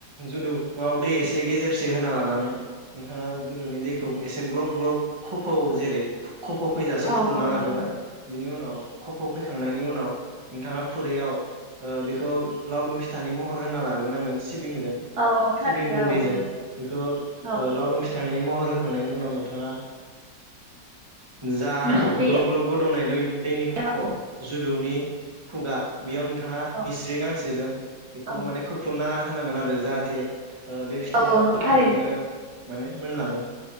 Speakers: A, on the right (about 15°); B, on the right (about 60°).
A: जुदौआव दै एसे गेजेरसे होना लानानै नोंथाङा जुदुनि दैखौ एसे ग्लब ग्लब खोफौ जेरै <unintelligible> खफ फैजासे
B: औ
A: फुदुंना
B: औ नंगौ
A: लाग्रोबाय। बिनि उनाव खफ फैखांनायनि उनाव नोंथाङा खुरैयाव ओ बेखौ लावदुम फिथानि महर होना लाग्रोनांगोन सिबिं जों
B: औ औ थारैनो
A: सिबिं गुन्दैजों
B: औ नंगौ
A: बेखौ
B: औ
A: लावदुम फिथानि मावग्रोखांनायनि उनाव नोंथाङा जा
B: मुस्रि
A: ग्लब ग्लब गोदौनाय दै दैनि खफ
B: एबा
A: जुदौनि खुगा बेयाव नोंथाङा
B: औ
A: हिस्रि गांसेजों बेखौ
B: औ
A: माने खुख्लुम ना होनांगोन आरो जाहाथे <inaudible> ओ बे फिथाइआ
B: औ नंगौ
A: खफजोंनो
B: थारैनो
A: माने मोनलाङो